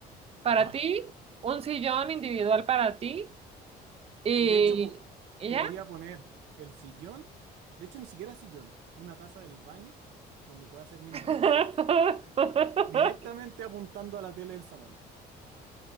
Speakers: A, on the right; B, on the right.
A: para
B: Ajá.
A: ti, un sillón individual para ti y,
B: Y de hecho, po-
A: y
B: podría
A: ya.
B: poner el sillón. De hecho, ni siquiera sillón. Una taza del baño donde pueda hacer mis
A: <laughs>
B: negocios. Directamente apuntando a la tele del salón.